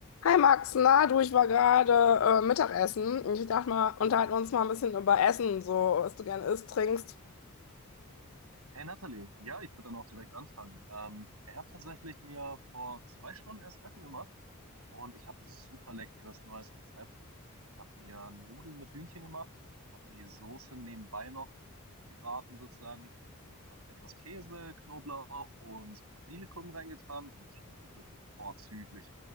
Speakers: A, on the left (about 65°); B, on the right (about 85°).
A: Hi Max, na du, ich war gerade äh, Mittagessen. Ich dachte mal, unterhalten wir uns mal ein bisschen über Essen, so was du gerne isst, trinkst.
B: Hey Nathalie, ja, ich würde dann auch direkt anfangen. Ähm, ich habe tatsächlich mir vor zwei Stunden erst Essen gemacht und ich habe ein super leckeres neues Rezept. Ich habe mir Nudeln mit Hühnchen gemacht, habe die Soße nebenbei noch gebraten sozusagen, habe etwas Käse, Knoblauch und Basilikum reingetan und das schmeckte wirklich vorzüglich.